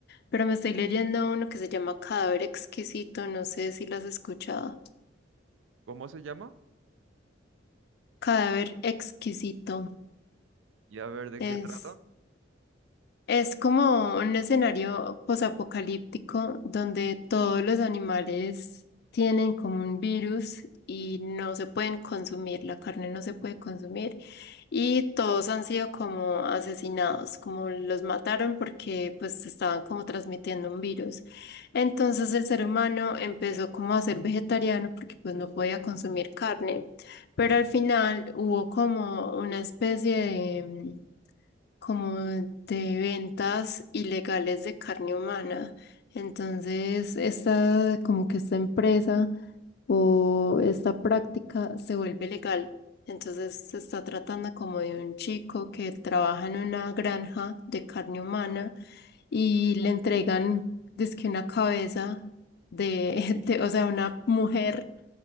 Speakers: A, on the left; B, on the right.
A: pero me estoy leyendo uno que se llama Cadáver Exquisito, no sé si lo has escuchado.
B: ¿Cómo se llama?
A: Cadáver Exquisito
B: Y a ver de
A: es...
B: qué trata.
A: Es como un escenario posapocalíptico donde todos los animales tienen como un virus y no se pueden consumir, la carne no se puede consumir y todos han sido como asesinados, como los mataron porque pues estaban como transmitiendo un virus. Entonces el ser humano empezó como a ser vegetariano porque pues no podía consumir carne, pero al final hubo como una especie de como de ventas ilegales de carne humana. Entonces, esta, como que esta empresa o esta práctica se vuelve legal. Entonces, se está tratando como de un chico que trabaja en una granja de carne humana y le entregan, dizque una cabeza de, <laughs> de, o sea, una mujer